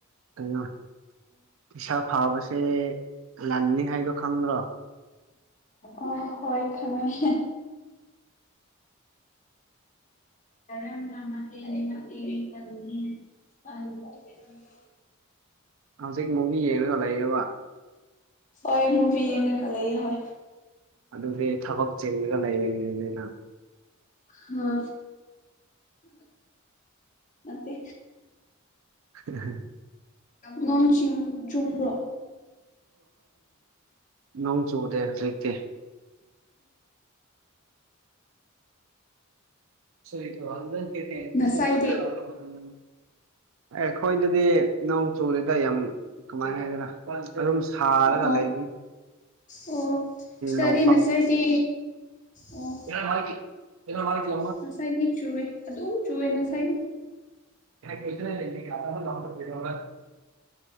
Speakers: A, on the right; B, on the left.
A: ꯀꯩꯅꯣ ꯏꯁꯥ ꯐꯥꯕꯁꯦ ꯂꯟꯅꯤ ꯍꯥꯏꯗꯣ ꯈꯪꯗ꯭ꯔꯣ
B: ꯑꯣꯏ ꯍꯣꯏ ꯈꯡꯉꯦ ꯀꯔꯝꯅ ꯃꯇꯦꯡ ꯃꯇꯦꯡ ꯄꯪꯉꯤ <unintelligible>
A: ꯍꯧꯖꯤꯛ ꯃꯨꯚꯤ ꯌꯦꯡꯔꯒ ꯂꯩꯔꯦꯕ
B: ꯍꯣꯏ ꯃꯨꯚꯤ ꯌꯦꯡꯔꯒ ꯂꯩꯌꯦ ꯍꯣꯏ
A: ꯑꯗꯨꯗꯤ ꯊꯕꯛ ꯆꯤꯟꯒ ꯂꯩꯔꯦꯅꯦ <unintelligible>
B: ꯍꯥ ꯅꯠꯇꯦ
A: <unintelligible>
B: ꯅꯣꯡꯆꯨꯝ ꯆꯨꯝꯕ꯭ꯔꯣ
A: ꯅꯣꯡ ꯆꯨꯗꯦ ꯂꯩꯇꯦ ꯁꯣꯏ ꯊꯨꯋꯥꯎꯖꯟ ꯀꯦꯄꯦ <unintelligible>
B: ꯉꯁꯥꯏꯗꯤ
A: ꯑꯩꯈꯣꯏꯗꯗꯤ ꯅꯣꯡ ꯆꯨꯔꯦꯗ ꯌꯥꯝ ꯀꯃꯥꯏꯟ ꯍꯥꯏꯒꯔꯥ ꯑꯗꯨꯝ ꯁꯥꯔꯒ
B: ꯑꯣ ꯑꯣ
A: ꯂꯩꯕꯅꯤ
B: ꯑꯣ ꯆꯔꯤ
A: ꯅꯣꯡ
B: ꯅꯁꯥꯏꯠꯗꯤ ꯑꯣ
A: ꯑꯤꯌꯔ ꯃꯥꯢꯛꯀꯤ <unintelligible>
B: ꯅꯁꯥꯏꯗꯤ ꯆꯨꯋꯦ ꯑꯗꯨꯝ ꯆꯨꯋꯦ ꯅꯁꯥꯏꯗꯤ
A: <unintelligible>